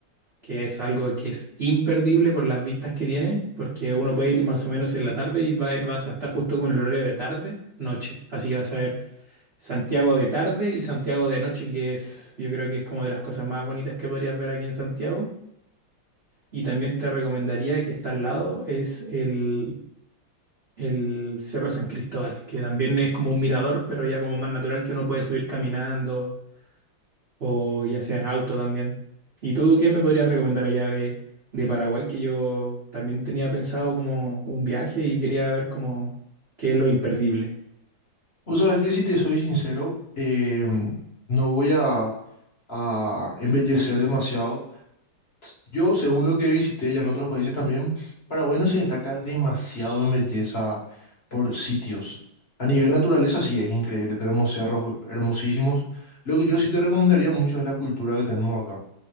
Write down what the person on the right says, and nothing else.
que es algo que es imperdible por las vistas que tiene, porque uno puede ir más o menos en la tarde y va- vas a estar justo como en el horario de tarde, noche. Así que vas a ver Santiago de tarde y Santiago de noche, que es, yo creo que es como de las cosas más bonitas que podrías ver aquí en Santiago. Y también te recomendaría que está al lado, es el, el Cerro San Cristóbal, que también es como un mirador, pero ya como más natural que uno puede subir caminando o ya sea en auto también. ¿Y tú qué me podrías recomendar allá de, de Paraguay? Que yo también tenía pensado como un viaje y quería ver como qué es lo imperdible.